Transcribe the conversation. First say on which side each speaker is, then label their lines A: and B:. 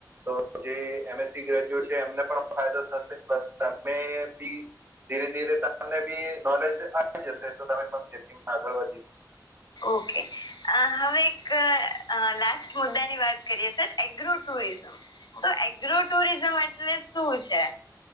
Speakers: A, on the right; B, on the left.
A: તો જે એમ એસ સી ગ્રેજ્યુએટ છે એમને પણ ફાયદો થશે બસ તમે બી ધીરે ધીરે તમને બી એ નોલેજ આવી જશે તો તમે પણ ખેતીમાં આગળ વધી શ
B: ઓકે. અહ હવે એક અહ લાસ્ટ મુદ્દાની વાત કરીએ સર એગ્રો ટુરિઝમ. તો એગ્રો ટુરિઝમ એટલે શું છે?